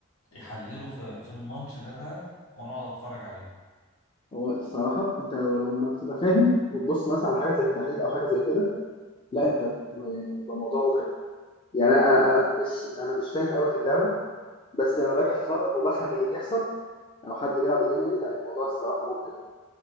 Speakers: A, on the left; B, on the left.
A: يحللوا في في الماتش ده بقى وأنا أقعد أتفرج عليهم
B: هو الصراحة أنت لو لما بتبقى فاهم وتبص مثلا على حاجة زي التحليل أو حاجة زي كده لا أنت ب- بيبقى الموضوع مبهر يعني أنا أنا أنا مش أنا مش فاهم قوي في اللعبة بس لما باجي أتفرج وبفهم اللي بيحصل أو حد بيلعب قدامي يعني لا الموضوع الصراحة مبهر قوي